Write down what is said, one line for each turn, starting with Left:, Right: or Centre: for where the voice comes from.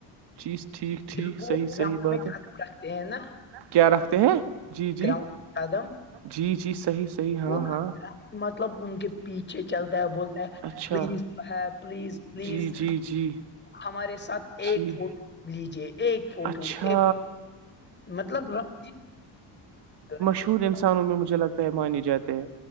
Right: جیز ٹھیک ٹھیک
Left: جب
Right: صحیح
Left: وہ گراؤنڈ
Right: صحیح بات
Left: میں
Right: ہے
Left: قدم رکھتے ہیں نا
Right: کیا رکھتے ہیں جی جی
Left: گراؤنڈ میں قدم
Right: جی جی صحیح صحیح ہاں
Left: پورا
Right: ہاں
Left: مطلب ان کے پیچھے چلتا ہے بولتا ہے
Right: اچھا
Left: پلیز ہے پلیز پلیز
Right: جی جی جی
Left: ہمارے ساتھ ایک
Right: جی
Left: فوٹو لیجے ایک فوٹو
Right: اچھا
Left: ایک مطلب ر جی ہے۔
Right: چھوٹ انسانوں میں مجھے لگتا ہے مانے جاتے ہے